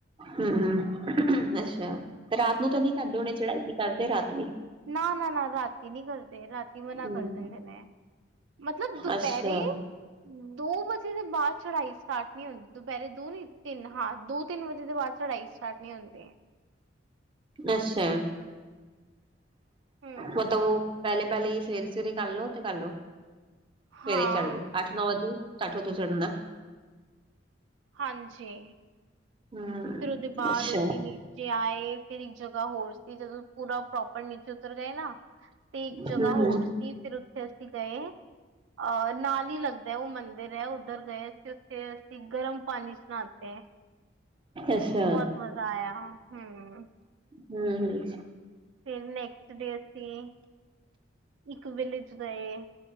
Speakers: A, on the right; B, on the right.
A: ਹੂੰ, ਅੱਛਾ। ਤੇ ਰਾਤ ਨੂੰ ਤਾਂ ਨੀ ਕਰਦੇ ਹੋਣੇ ਚ੍ਹੜਾਈ, ਕੀ ਕਰਦੇ ਰਾਤ ਵੀ?
B: ਨਾ-ਨਾ-ਨਾ, ਰਾਤੀ ਨੀ ਕਰਦੇ, ਰਾਤੀ ਮਨਾ
A: ਹੂੰ।
B: ਕਰ ਦਿੰਦੇ ਨੇ। ਮਤਲਬ ਦੁਪਹਿਰੇ,
A: ਅੱਛਾ-ਅੱਛਾ
B: ਦੋ ਵਜੇ ਦੇ ਬਾਅਦ ਚ੍ਹੜਾਈ ਸਟਾਰਟ ਨਹੀ ਹੁੰ, ਦੁਪਹਿਰੇ ਦੋ, ਨੀ ਤਿੰਨ ਹਾਂ ਦੋ-ਤਿੰਨ ਵਜੇ ਦੇ ਬਾਅਦ, ਚੜਾਈ ਸਟਾਰਟ ਨਹੀ ਹੁੰਦੀ।
A: ਅਛਾ।
B: ਹੂੰ
A: ਮਤਲਬ ਉਹ ਪਹਿਲੇ-ਪਹਿਲੇ ਹੀ, ਸਵੇਰੇ- ਸਵੇਰੇ ਕਰਲੋ ਤੇ ਕਰਲੋ, ਸਵੇਰੇ
B: ਹਾਂ
A: ਚਲ ਜੋ ਅੱਠ ਨੌ ਵਜੇ, ਸਟਾਰਟ ਹੋਜੋ ਚੜਨਾ
B: ਹਾਂਜੀ।
A: ਹੂੰ
B: ਫਿਰ ਉਹਦੇ ਬਾਅਦ
A: ਅੱਛਾ।
B: ਅਸੀਂ ਨੀਚੇ ਆਏ, ਫਿਰ ਇੱਕ ਜਗ੍ਹਾ ਹੋਰ ਸੀ, ਜਦੋਂ ਪੂਰਾ ਪ੍ਰੋਪਰ ਨੀਚੇ ਉਤਰ ਗਏ ਨਾ, ਤੇ ਇੱਕ ਜਗ੍ਹਾ
A: ਹੂੰ-ਹੂੰ-ਹੂੰ
B: ਹੋਰ ਸੀ, ਫਿਰ ਉੱਥੇ ਅਸੀਂ ਗਏ ਅਹ ਨਾਲ ਹੀ ਲੱਗ ਤੇ ਉਹ ਮੰਦਿਰ ਏ, ਉੱਧਰ ਗਏ ਅਸੀਂ, ਉੱਥੇ ਅਸੀਂ ਗਰਮ ਪਾਣੀ'ਚ ਨ੍ਹਾਤੇ।
A: ਅੱਛਾ
B: ਬਹੁਤ ਮਜ਼ਾ ਆਇਆ। ਹਮ
A: ਹਮ-ਹਮ।
B: ਫਿਰ ਨੈਕਸਟ ਡੇ ਅਸੀਂ, ਇੱਕ ਵਿਲੇਜ ਗਏ।